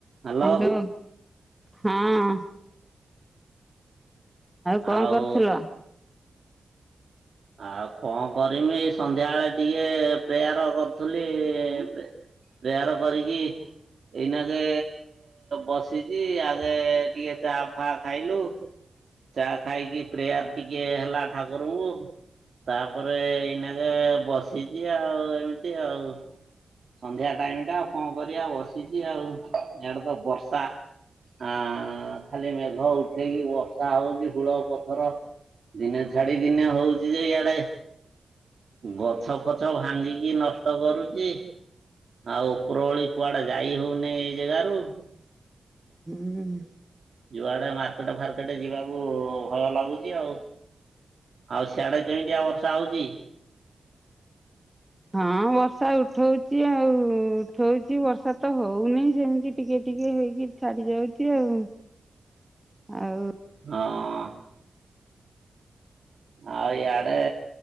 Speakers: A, on the right; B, in the centre.
A: Hello
B: hello ହଁ। କଣ
A: ଆଉ
B: କରୁଥିଲ?
A: ଆଉ କଣ କରିମି ଏଇ ସନ୍ଧ୍ୟାବେଳେ ଟିକେ ପ୍ରେୟାର କରୁଥିଲି ପ୍ରେ ପ୍ରେୟାର କରିକି ଏଇନାକେ ବସିଚି ଆଗେ ଟିକେ ଚା ଫା ଖାଇଲୁ ଚା ଖାଇକି ପ୍ରେୟାର୍ ଟିକେ ହେଲା ଠାକୁରଙ୍କୁ। ତାପରେ ଏଇନାକେ ବସିଚି ଆଉ ଏମିତି ଆଉ। ସନ୍ଧ୍ୟା ଟାଇମ୍ ଟା ଆଉ କଣ କରିବା ଆଉ ବସିଚି ଆଉ ଇଆଡେ ତ ବର୍ଷା ଆଁ ଖାଲି ମେଘ ଉଠେଇକି ବର୍ଷା ହଉଚି <unintelligible> ପଥର ଦିନେ ଛାଡି ଦିନେ ହଉଚି ଯେ ଇଆଡେ ଗଛ ପଛ ଭାଙ୍ଗିକି ନଷ୍ଟ କରୁଚି। ଆଉ ଉପରଉଳି କୁଆଡେ ଯାଇ ହଉନି ଏଇ ଜାଗାରୁ।
B: ହୁଁ।
A: ଯୁଆଡେ ମାର୍କେଟେ ଫାର୍କେଟେ ଯିବାକୁ ଭୟ ଲାଗୁଚି ଆଉ। ଆଉ ସିଆଡେ କେମିତିଆ ବର୍ଷା ହଉଚି?
B: ହଁ ବର୍ଷା ଉଠଉଚି ଆଉ ଉଠଉଚି ବର୍ଷା ତ ହଉନି ସେମିତି ଟିକେ ଟିକେ ହେଇକି ଛାଡି ଯାଉଚି ଆଉ- ଆଉ
A: ହଁ। ଆଉ ଇଆଡେ